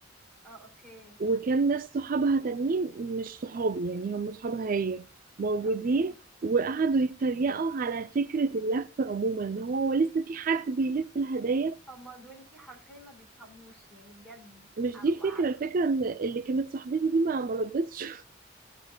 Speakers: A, in the centre; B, on the right.
A: اه اوكي
B: وكان ناس صحابها تانيين مش صحابي يعني هم صحابها هي موجودين
A: اوكي
B: وقعدوا يتريقوا على فكرة اللف عموما ان هو لسه في حد بيلف الهدايا
A: هما دول حرفيا ما بيفهموش يعني بجد
B: مش
A: ع-
B: دي
A: وع-
B: الفكرة الفكرة ان اللي كانت صاحبتي دي ما ما ردتش